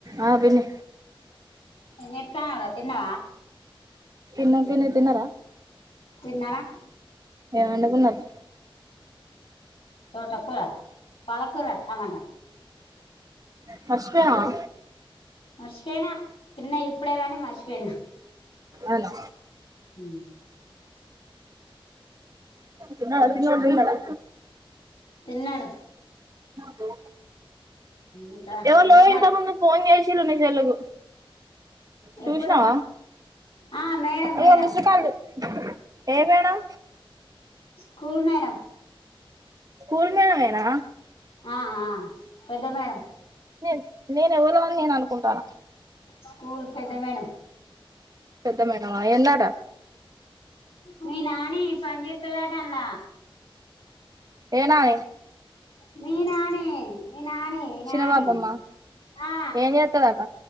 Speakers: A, on the right; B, on the left.
A: ఆ పిన్ని
B: ఏం చేత్తనవు రా తిన్నవా
A: తిన్న తీ తీన్నార
B: తిన్నారా
A: ఏం అండుకున్నారు
B: తోట కూర పాలకూర టమాటా
A: మర్షిపోయినవా
B: మర్చిపోయినా తిన్న ఇప్పుడే కాని మర్చిపోయినా
A: అవును
B: ఉ
A: తిన్నోళ్లు తిన్నారా
B: తిన్నాడు
A: దు
B: ఇంకా
A: ఎవలో
B: ఏం చేత్తాలు
A: ఇంత ముందు ఫోన్ చే ళ్లు నీ సెల్ కు చూశినవా
B: ఎప్పుడు ఆ మేడం
A: అయ్యో
B: మేడం
A: మీస్డ్ కాల్ లు ఏ madam
B: school madam
A: school madam యేన
B: ఆ ఆ పెద్ద మేడం
A: నేను నేను ఎవరో అని నేను అనుకుంటాన
B: స్కూల్ పెద్ద మేడం
A: పెద్ద మేడమా ఏందట
B: మీ నాని పని చేత్తదట అళ్ల
A: ఏ నాని
B: మీ నాని మీ నాని నాని
A: చిన్న పాపమ్మ
B: ఆ
A: ఏం చేస్తుందట